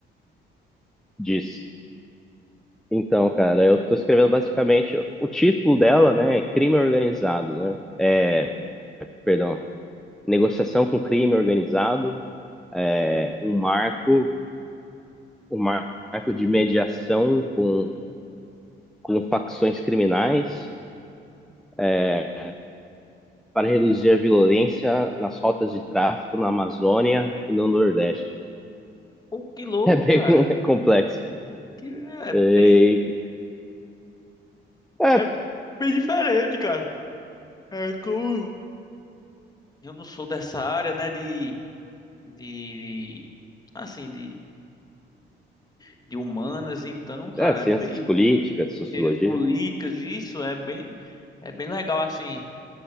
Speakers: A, in the centre; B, on the left (about 20°).
A: Diz. Então, cara, eu tô escrevendo basicamente o título dela, né? é Crime organizado, né? É, perdão, negociação com crime organizado, é um marco, um marco de mediação com, com facções criminais. é, para reduzir a violência nas rotas de tráfico na Amazônia e no Nordeste.
B: Pô, que louco,
A: É bem
B: cara.
A: <laughs> complexo.
B: Que é bem,
A: E, é,
B: é bem diferente, cara. É como eu não sou dessa área, né, de, de, de assim, de, de humanas, então, cara,
A: é, ciências
B: é bem
A: políticas, sociologia.
B: ciências políticas, isso é bem, é bem legal, assim,